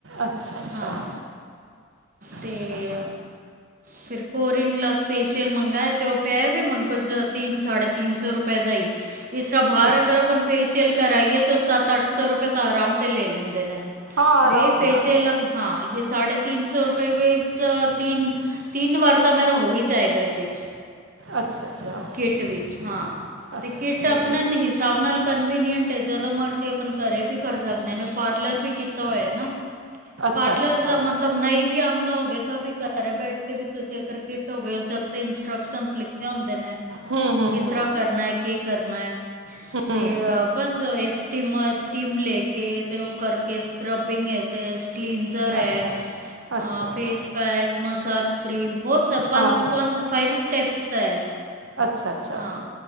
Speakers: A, on the right (about 65°); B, on the right (about 40°).
A: ਅੱਛਾ ਅੱਛਾ
B: ਹਾਂ, ਤੇ
A: ਅੱਛਾ
B: ਫੇਰ ਕੋਰੀਨ ਗਲਾਸ ਫੇਸ਼ੀਅਲ ਮੰਗਾਏ ਤੇ ਓ ਪੈ ਵੀ ਮੈਨੂੰ ਕੁਝ ਤਿੰਨ ਸਾਢੇ ਤਿੰਨ ਸੌ ਰੁਪਏ ਦਾਈ। ਇਸਰਾ ਭਾਰ
A: ਅੱਛਾ
B: ਅਗਰ ਆਪਾਂ ਫੇਸ਼ੀਅਲ ਕਰਈਏ ਤਾਂ ਸੱਤ ਅੱਠ ਸੌ ਰੁਪਏ ਤੱਕ ਅਰਾਮ ਨਾਲ ਲੈ ਲੈਂਦੇ ਨੇ,
A: ਹਾਂ
B: ਪਰ
A: ਆਰਾਮ
B: ਏ ਫੇਸ਼ੀਅਲ
A: ਨਾਲ
B: ਹਾਂ, ਯੇ ਸਾਢੇ ਤਿੰਨ ਸੌ ਰੁਪਏ ਵਿੱਚ ਤਿੱਨ ਤਿੰਨ ਵਾਰ ਤਾਂ ਮੇਰਾ ਹੋਈ ਜਾਏਗਾ ਇਸ ਚ।
A: ਅੱਛਾ ਅੱਛਾ
B: ਕੇਟ ਵਿੱਚ ਹਾਂ,
A: ਅੱਛਾ
B: ਤੇ ਕੇਟ
A: ਸਹੀ
B: ਅਪਨਾ
A: ਹੈ
B: ਨ ਸਾਬ ਨਾਲ ਕਨਵੀਨੀਂਅਟ ਏ, ਜਦੋਂ ਮਰਦੀ ਆਪਾਂ ਘਰੇ ਵੀ ਕਰ ਸਕਦੇ ਆਂ, ਮੈਂ ਪਾਰਲਰ ਵੀ ਕੀਤਾ ਹੋਇਆ ਨਾ
A: ਅੱਛਾ
B: ਪਾਰਲਰ
A: ਅੱਛਾ
B: ਦਾ ਮਤਲਬ ਨਈਂ ਵੀ ਆਂਦਾ ਹੋਵੇ ਤਾਂ ਵੀ ਘਰ ਬੈਠ ਕੇ ਵੀ ਤੁਸੀਂ ਅਗਰ ਕੇਟ ਹੋਵੇ ਉਸਦੇ ਉਤੇ ਇੰਸਟਰਕਸ਼ਨ ਲਿਖ ਲਿਖੇ ਹੁੰਦੇ ਨੇ।
A: ਹੂੰ ਹੂੰ
B: ਕਿਸ
A: ਹੂੰ
B: ਤਰ੍ਹਾਂ ਕਰਨੈ, ਕੀ ਕਰਨੈ, ਤੇ
A: ਹੂੰ
B: ਬਸ ਇਸਟੀਮਰ ਟੀਮ ਲੈ ਕੇ, ਤੇ ਓ ਕਰਕੇ ਸਕਰੱਬਿੰਗ ਚ ਕਲੀਨ ਜ਼ਰ ਐ,
A: ਅੱਛਾ ਅੱਛਾ ਅੱਛਾ
B: ਫੇਸ ਪੈਕ ਮਸਾਜ ਕਰ੍ਰੀਮ ਬੋਤ ਸ ਪੰਜ-ਪੰਜ,
A: ਹਾਂ
B: ਫਾਈਵ ਸਟੈਪਸ ਦਾ ਐ।
A: ਅੱਛਾ ਅੱਛਾ
B: ਹਾਂ।